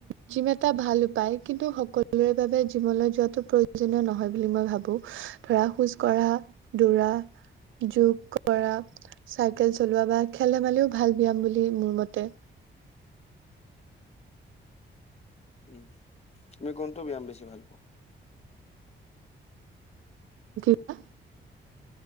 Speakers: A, on the right; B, on the left.
A: জিম এটা ভাল উপায় কিন্তু সকলোৰে বাবে জিমলৈ যোৱাটো প্ৰয়োজনীয় নহয়। বুলি মই ভাবোঁ ধৰা খোজ কৰা দৌৰা যোগ কৰা চাইকেল চলোৱা বা খেল ধেমালিও ভাল ব্যায়াম বুলি মোৰ মতে
B: উম তুমি কোনটো ব্যায়াম বেছি ভাল পোৱা?
A: কিেইা